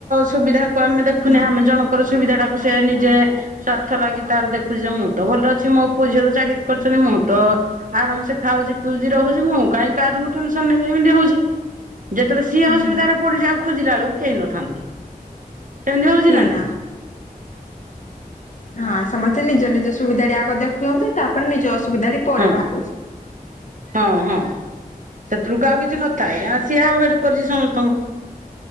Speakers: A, on the right; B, on the left.
A: ସୁବିଧା। ତାକୁ ଆମେ ଦେଖୁନେ,
B: ହଁ
A: ଆମେ ଜଣଙ୍କର ସୁବିଧା ଟାକୁ ସେ ନିଜେ ସ୍ଵାର୍ଥ ଲାଗି। ତାର ଦେଖୁଚି ଯେ ମୁଁ ତ ଭଲ ଅଛି ମୋ ପୁଅ ଝିଅ ତ ଚାକିରି କରିଛନ୍ତି ମୁଁ ତ ଆରାମ ସେ ଖାଉଚି ପିଉଚି ରହୁଚି ମୁଁ କାହିଁ କାହା ଯୋଗୁ ଟେନସନ୍ ନେବି ଏମିତି ହଉଚି। ଯେତଳେ ସିଏ
B: ହୁଁ
A: ଅସୁବିଧାରେ ପଡ଼ୁଚି ଆଉ ଖୋଜିଲା ବେଳକୁ କେହି ନଥାନ୍ତି ସେମିତି ହୋଉଚି
B: ଏଇନା
A: ନା ନାହିଁ।
B: ହଁ ସମସ୍ତେ ନିଜ ନିଜ ସୁବିଧା ଆଗ ଦେଖୁଛନ୍ତି ତାପରେ ନିଜ ଅସୁବିଧା ପରେ
A: ହଁ
B: ବାହାରୁଛି।
A: ହଁ ହଁ ସେତବୋଳୁକୁ ଆଉ କିଛି ନଥାଏ ଯା ସିଏ ଆଭଡ କରିଛି ସମସ୍ତଙ୍କୁ।